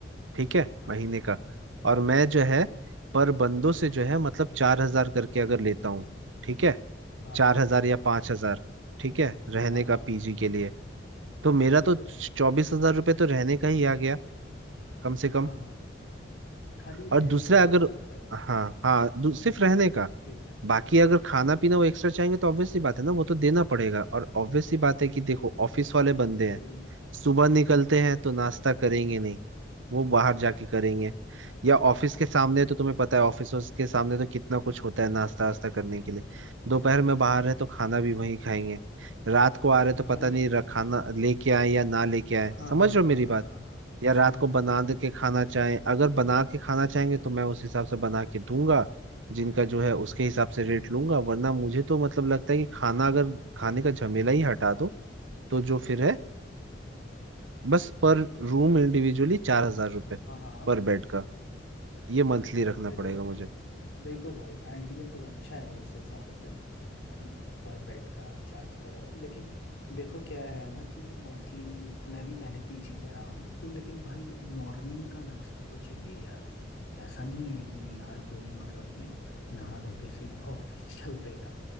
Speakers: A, on the right; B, on the left.
A: ठीक है
B: हाँ
A: महीने का
B: हाँ
A: और मैं जो है पर बंदों से जो है मतलब चार हजार करके अगर लेता हूँ ठीक है
B: हाँ
A: चार
B: हाँ
A: हजार या पांच हजार ठीक है रहने
B: हाँ
A: का
B: हाँ
A: पीजी के लिए तो मेरा
B: ठीक
A: तो
B: है
A: चौबीस हजार रुपये तो रहने का ही आ गया कम से कम
B: हाँ हाँ खाली
A: और
B: रहने
A: दूसरा
B: का
A: अगर
B: आप बोल रहे हो
A: हाँ हाँ दू- सिर्फ रहने का
B: ठीक है
A: बाकी अगर
B: ठीक है
A: खाना
B: ठीक
A: पीना
B: है
A: वो एक्स्ट्रा चाहेंगे तो ऑब्वियसली बात है ना वो तो देना पड़ेगा और ऑब्वियसली बात है कि देखो ऑफिस वाले बंदे
B: भाई
A: हैं सुबह निकलते
B: हाँ
A: हैं तो नाश्ता करेंगे नहीं वो बाहर जाके करेंगे या ऑफिस के सामने तो तुम्हें पता है ऑफिस के सामने तो कितना कुछ होता है नाश्ता वास्ता करने के लिए दोपहर में बाहर है तो खाना भी वहीं खाएंगे रात को आ रहे तो पता
B: भाई
A: नहीं र- खाना लेके आए या ना लेके आए
B: हाँ
A: समझ
B: हाँ
A: रहे
B: हाँ
A: हो मेरी
B: हाँ
A: बात
B: हाँ हाँ
A: या रात
B: समझ
A: को
B: रहा
A: बना
B: हूँ समझ
A: दे के
B: रहा
A: खाना
B: हूँ
A: चाहें अगर बना के खाना चाहेंगे तो मैं उस हिसाब से बना के दूंगा जिनका जो है उसके हिसाब से रेट लूंगा वरना मुझे तो मतलब लगता है कि खाना अगर खाने का झमेला ही हटा दो तो जो फिर है बस पर रूम इंडिविजुअली चार हजार रुपये
B: हाँ हाँ
A: पर बेड का ये मंथली रखना
B: देखो
A: पड़ेगा मुझे
B: देखो भाई आइडिया तो अच्छा है इस हिसाब से है ना पर बेड का आप चार्ज कर रहे हो लेकिन देखो क्या है ना कि मोस्टली मैं भी पहले पीजी पे रहा हूँ तो लेकिन भाई मॉर्निंग का नाश्ता तो चाहिए यार ऐसा नहीं है कि हर कोई मतलब कि नहा धो के सीधा ऑफिस <laughs> चल देगा